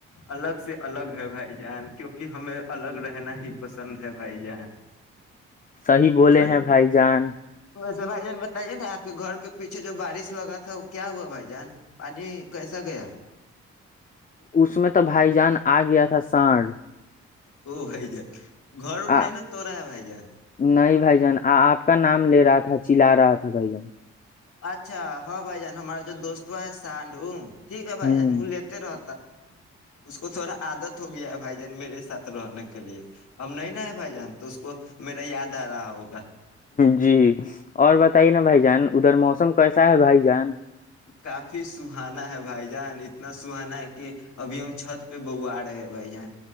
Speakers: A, on the left (about 65°); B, on the left (about 25°).
A: الگ سے الگ ہے بھائی جان کیوںکہ ہمیں الگ رہنا ہی پسند ہے بھائی جان
B: صی بولے
A: بس
B: ہیں بھائی جان
A: ویسے بھائی جان بتائیے نا آپ کے گھر کے پیچھے جو بارش لگا تھا وہ کیا ہوا بھائی جان پانی کیسا گیا
B: اس میں تو بھائی جان آ گیا تھا سانڑ
A: او بھائی جان گھر نہیں
B: آ
A: نا تو رہا ہے بھائی جان
B: نہیں بھائی جان آپ کا نام لے رہا تھا چلا رہا تھا بھائی جان
A: اچھا ہاں بھائی جان ہمارا جو دوست ہو ہے سانڈوگ ٹھیک ہے بھائی
B: ہوں
A: جان لیتے رہ اس کو تھوڑا آادت ہو گیا ہے بھائی جان میرے ساتھ رہنے کا کے لیے اب نہیں ن ہے بھائی جان تو اس کو میرا یاد آ رہا ہوگا
B: جی اور بتائیے نا بھائی جان ادھر موسم کیسا ہے بھائی جان
A: کافی سہانا ہے بھائی جان اتنا سہانا ہے کہ ابھی ہم چھت پہ بواڈ ہے ہیں بھائی جان